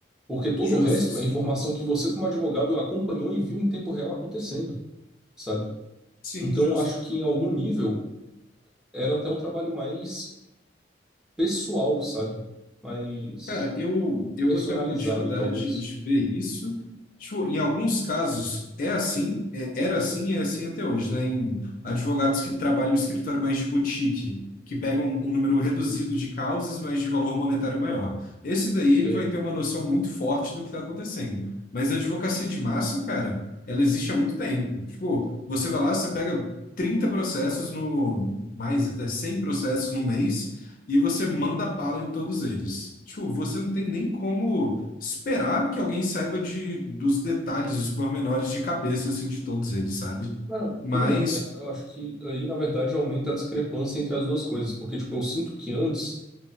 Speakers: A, in the centre; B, on the left.
A: Porque todo
B: Justo,
A: o resto
B: sim.
A: é informação que você, como advogado, acompanhou e viu em tempo real acontecendo, sabe?
B: Sim,
A: Então,
B: justo.
A: acho que em algum nível era até um trabalho mais pessoal, sabe? Mais
B: Cara, eu, eu
A: personalizado,
B: vou ter alguma dificuldade
A: talvez.
B: de ver isso. Tipo, em alguns casos é assim, é- era assim e é assim até hoje, né? Em advogados que trabalham no escritório mais de boutique, que pegam um número reduzido de causas, mas de valor monetário maior. Esse daí
A: Sei.
B: ele vai ter uma noção muito forte do que está acontecendo. Mas a advocacia de massa, cara, ela existe há muito tempo. Tipo, você vai lá, você pega 30 processos no, mais até 100 processos no mês e você manda bala em todos eles. Tipo, você não tem nem como esperar que alguém saiba de, dos detalhes, dos pormenores de cabeça, assim, de todos eles, sabe?
A: Ah, não,
B: Mas
A: tudo bem. É, Eu acho que aí, na verdade, aumenta a discrepância entre as duas coisas. Porque, tipo, eu sinto que antes